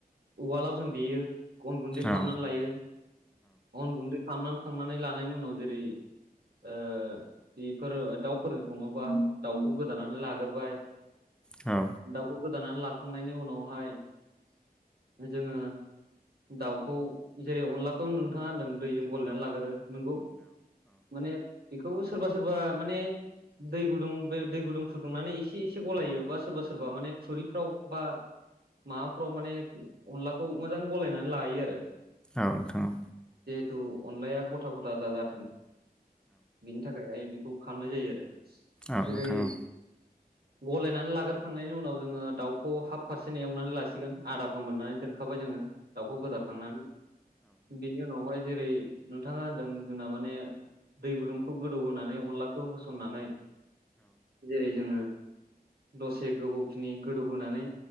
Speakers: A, on the right (about 80°); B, in the centre.
A: उवालाव जों देयो अन गुन्दै खालामनानै
B: औ नोंथां औ
A: लायो अन गुन्दै खामलां खांनानै लानायनि उनाव जेरै ओ बेफोर दाउफोरजों सङोबा दाउखौ गोदानानै लाग्रोबाय।
B: औ
A: दाउखौ गोदानानै लाखांनायनि उनावहाय जोङो दाउखौ जेरै अनलाखौ नोंथाङा नों दैजों गलायनानै लागोरो। नोंगौ माने बि खौ सोरबा सोरबा माने दै गुदुं बे दै गुदुं फुदुंनानै एसे एसे एसे गलायो बा सोरबा सोरबा माने खुरिफ्राव बा माबाफ्राव माने अनलाखौ मोजां गलायनानै लायो आरो।
B: औ नोंथा औ
A: जिथु अनलाया गथा गथा दाजाथों बिक्षनि थाखायहाय बेखौ खालामनाय जायो आरो
B: औ
A: जेरै
B: नोंथां औ
A: गलायनानै लाग्रोखांनायनि उनाव जोङो दाउखौ हाफ पारसेन्ट एवनानै लासिगोन आदाखौ मोननानै दोनखाबाय जोङो दाउखौ गोदाखांनानै बेनि उनावहाय जेरै- नोंथाङा होनदों जोंना माने दै गुदुंखौ गोदौ होनानै अनलाखौ होसननानै जेरै जोङो दसे गोबौखिनि गोदौहोनानै